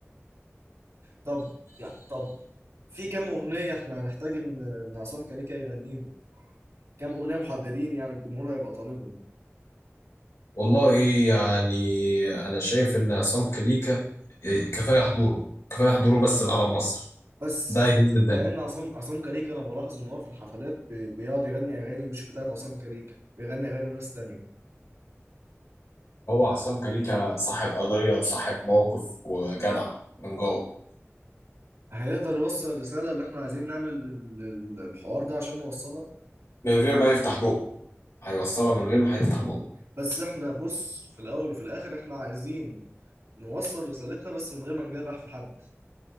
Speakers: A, on the right (about 80°); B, on the left (about 80°).
A: طب يا طب في كام اغنيه احنا هنحتاج ان ان عصام كاريكا يغنيهم كام اغنيه محددين يعني الجمهور هيبقى طالبهم
B: والله يعني انا شايف ان عصام كليكا كفايه حضوره كفايه حضوره بس بعلم مصر
A: بس
B: ده يهز
A: بس
B: الدنيا
A: لان عصام عصام كاريكا انا بلاحظ ان هو في الحفلات بي- بيقعد يغني اغاني مش بتاعت عصام كاريكا بيغني اغاني ناس تانية
B: هو حسام كاريكا صاحب قضية وصاحب موقف وجدع من جوه
A: هيقدر يوصل الرساله اللي احنا عايزين نعمل ال- ال- الحوار ده عشان نوصلها
B: من غير ما يفتح بقه هيوصلها من غير ما هيفتح بقه
A: بس احنا بص في الاول وفي الاخر احنا عايزين نوصل رسالتنا بس من غير ما نجرح في حد